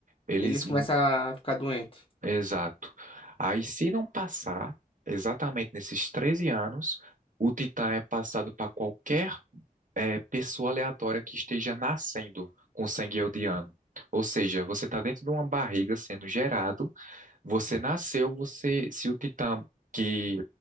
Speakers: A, on the right; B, on the left.
A: eles
B: eles começam a ficar doentes.
A: Exato. Aí, se não passar, exatamente nesses 13 anos, o Titã é passado para qualquer eh, pessoa aleatória que esteja nascendo com sangue eldiano. Ou seja, você está dentro de uma barriga sendo gerado, você nasceu, você, se o Titã que